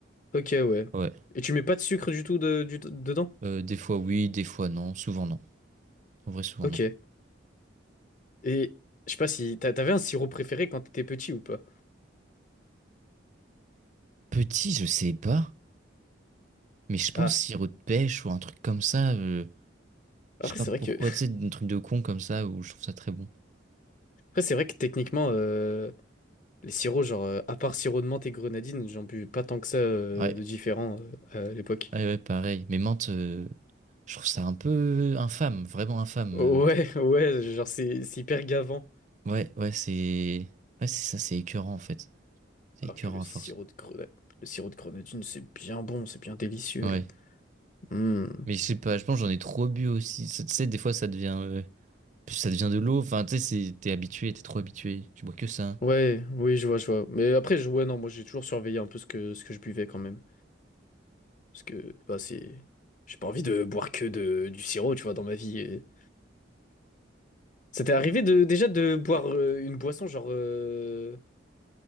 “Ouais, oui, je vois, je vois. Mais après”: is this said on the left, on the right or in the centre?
Left